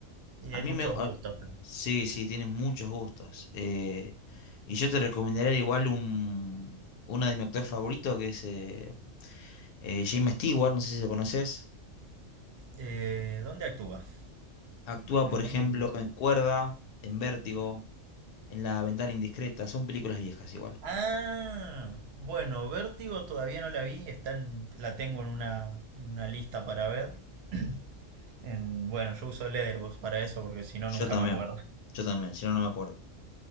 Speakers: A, on the right; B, on the left.
A: Y
B: a
A: hay
B: mí
A: muchos
B: me... a-
A: gustos.
B: sí, sí, tienes muchos gustos. Eh, y yo te recomendaría igual un, uno de mi actor favorito que es... eh, eh, James Stewart, no sé si lo conoces,
A: Eh, ¿dónde actúa?
B: actúa,
A: El
B: por
A: nombre.
B: ejemplo,
A: no sé.
B: en Cuerda, en Vértigo, en La Ventana Indiscreta, son películas viejas igual.
A: Ah, bueno, Vértigo todavía no la vi, está en- la tengo en una, en una lista para ver. <clears throat> En- bueno, yo uso Letterboxd para eso porque si no
B: Yo
A: nunca
B: también,
A: me acuerdo.
B: yo también, si no, no me acuerdo.